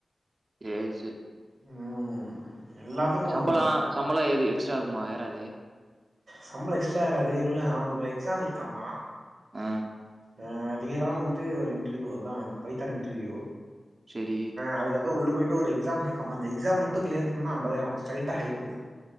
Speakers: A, on the right; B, on the right.
A: ஏசு
B: ம் எல்லாத்துக்கும்
A: சம்பள சம்பளொ எது எக்ஸ்ட்ரா ஆகுமா ஏறாது
B: சம்பளம் எக்ஸ்ட்ரா ஏறாது இல்ல அவனுக்கு ஒரு எக்ஸாம் இருக்காமா
A: ஆ
B: ஆ திங்ககெழம வந்துட்டு ஒரு இன்ட்ருவியூ அதா பைத்தான் இன்ட்ருவியூ
A: செரி
B: அதுக்கப்புற உள்ள போயிட்டு ஒரு எக்ஸாம் இருக்கமா அந்த எக்ஸாம் மட்டு கிளியர் பண்ணா அம்பதாயிரம் ஸ்ட்ரைட்டா ஹைக்கு ஆ